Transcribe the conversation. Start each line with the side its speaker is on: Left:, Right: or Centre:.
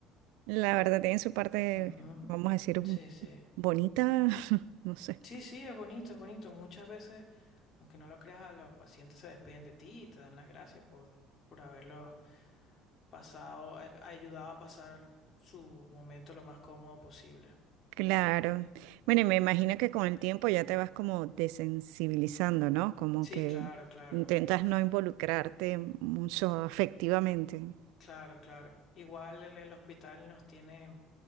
Right: La verdad tiene su parte,
Left: ujú,
Right: vamos a decir, un-
Left: Sí, sí.
Right: bonita, <laughs> no sé.
Left: Sí, sí, es bonito, es bonito. Muchas veces, aunque no lo creas, los pacientes se despiden de ti y te dan las gracias por, por haberlos pasado, a- ayudado a pasar su momento lo más cómodo posible.
Right: Claro. Bueno, y me imagino que con el tiempo ya te vas como desensibilizando, ¿no? Como
Left: Sí,
Right: que
Left: claro, claro,
Right: intentas no involucrarte mucho afectivamente.
Left: claro, claro. Igual el, el hospital nos tiene